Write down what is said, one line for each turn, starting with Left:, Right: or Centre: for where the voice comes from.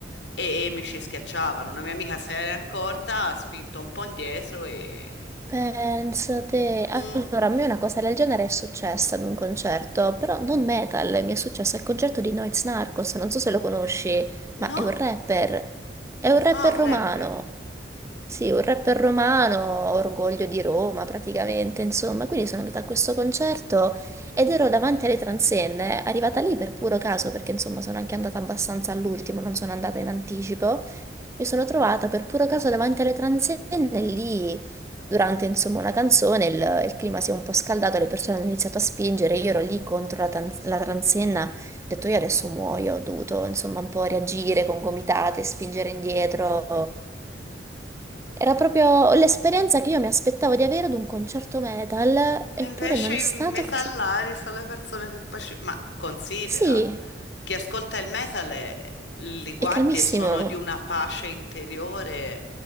Left: e, e mi ci schiacciavano. Una mia amica se n'è accorta, ha spinto un po' indietro e...
Right: Pensate,
Left: Mm,
Right: allora a me una cosa del genere è successa ad un concerto, però non metal, mi è successo al concerto di Noyz Narcos, non so se lo conosci,
Left: no?
Right: ma è un rapper, è un rapper
Left: Ah, un
Right: romano,
Left: rapper.
Right: sì, un rapper romano, orgoglio di Roma praticamente, insomma, quindi sono andata a questo concerto ed ero davanti alle transenne, arrivata lì per puro caso, perché insomma sono anche andata abbastanza all'ultimo, non sono andata in anticipo, mi sono trovata per puro caso davanti alle transenne lì durante insomma una canzone il, il clima si è un po' scaldato, le persone hanno iniziato a spingere, io ero lì contro la, tan- la transenna, ho detto io adesso muoio, ho dovuto insomma un po' reagire con gomitate, spingere indietro. Era proprio l'esperienza che io mi aspettavo di avere ad un concerto metal, eppure
Left: E Invece
Right: non
Left: i
Right: è stato
Left: mesallari
Right: così.
Left: sono le persone che paci- Ma considera,
Right: Sì,
Left: chi ascolta il metal è- li guardi
Right: è calmissimo,
Left: e sono di una pace interiore.